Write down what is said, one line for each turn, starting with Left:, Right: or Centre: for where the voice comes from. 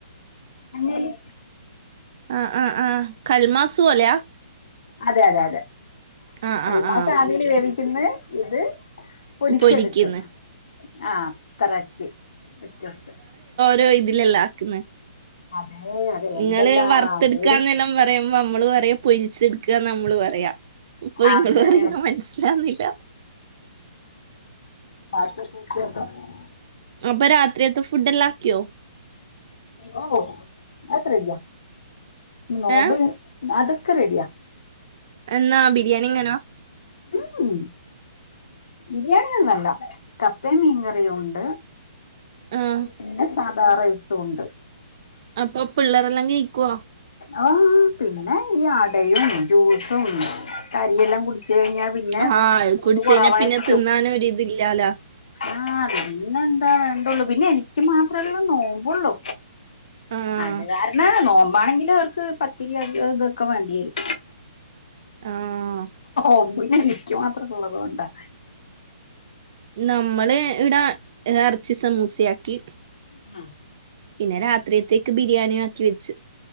Left: എണ്ണേല്
Right: ആഹ് ആഹ് ആഹ് കൽമാസ് പോലെയാ
Left: അതെ അതെ അതെ
Right: ആ
Left: കൽമാസ്
Right: ആ ആ
Left: ആവില്
Right: മനസ്സിലായി
Left: വേവിക്ക്ന്ന് ഇത് പൊരിച്ചെട്ക്ക്ന്ന്
Right: പൊരിക്കുന്നു
Left: ആഹ് കറച്ചി വ്യത്യസ്
Right: ലൊ ഇതിലല്ല ആക്ക്ന്ന്
Left: അതെ അതെ എന്തെല്ലാം
Right: ഇങ്ങള് വറത്തെടുക്കാന്നെല്ലാം
Left: പേരും
Right: പറയും. അപ്പോ നമ്മള് പറയും പൊരിച്ചെടുക്കുകഎന്നാ നമ്മള് പറയാ. ഇപ്പൊ ഇങ്ങള്
Left: അതെ
Right: പറയുന്ന മനസിലാവുന്നില്ല.
Left: ഭാഷ <unintelligible>
Right: അപ്പൊ രാത്രിയത്തെ ഫുഡെല്ലാക്കിയോ?
Left: ഓഹ് അതൊക്കെ റെഡിയാ. പിന്നെ നോമ്പ്
Right: ഏഹ്
Left: അതൊക്കെ റെഡിയാ.
Right: എന്നാ ബിരിയാണിയെങ്ങനാ?
Left: <unintelligible> ബിരിയാണിയൊന്നുംല്ല. കപ്പയും മീൻകറിയും ഒണ്ട്.
Right: ആഹ്
Left: പിന്നെ സാധാറ <unintelligible> ഒണ്ട്.
Right: അപ്പൊ പിള്ളേരെല്ലാം കയിക്ക്വോ?
Left: ആഹ് പിന്നെ ഈ അടയും ജ്യൂസും <unintelligible> കൂടി ച്ച് കഴിഞ്ഞാ പിന്നെ
Right: ആഹ് അത്
Left: ചൂട്
Right: കുടിച്ച്
Left: കുറവായിരിക്കും.
Right: കഴിഞ്ഞാ പിന്നെ തിന്നാനൊരിതില്ലാലോ
Left: ആഹ പിന്നെ എന്താ വേണ്ടുള്ളു പിന്നെ എനിക്ക് മാത്രമല്ലേ നോമ്പുള്ളു
Right: ആഹ്
Left: അത് കാരണ നോമ്പ ആണെങ്കിലിൽ അവർക്ക് പത്തിരി ഇതൊക്കാൻ വേണ്ടി വരും
Right: ആഹ്
Left: ഒമ്പ എനിക്ക് മാത്രള്ളത് കൊൊണ്ടാ
Right: നമ്മള് ഇവിടാ ഇറച്ചി സമൂസയാക്കി
Left: മ്മ്
Right: പിന്നെ രാത്രിയത്തേക്ക് ബിരിയാണി ആക്കി വെച്ച്